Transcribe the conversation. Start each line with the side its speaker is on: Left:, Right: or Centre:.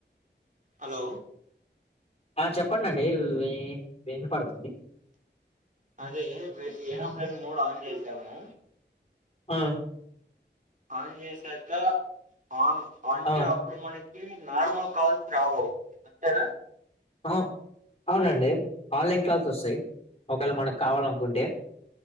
Right: హలో
Left: ఆ చెప్పండిండి వి వినపడుతుంది
Right: అదే విడ్ ఏరోప్లేన్ మోడ్ ఆన్ చేసాము
Left: ఆ
Right: ఆన్ చేసాక ఆన్ అంటే
Left: ఆ
Right: అప్పుడు మనకి నార్మల్ కాల్స్ రావు అంతేనా
Left: అహో అవునండి వాళ్ళ ఇంట్లో నుంచి వస్తాయి ఒకవేళ మనకు కావాలనుకుంటే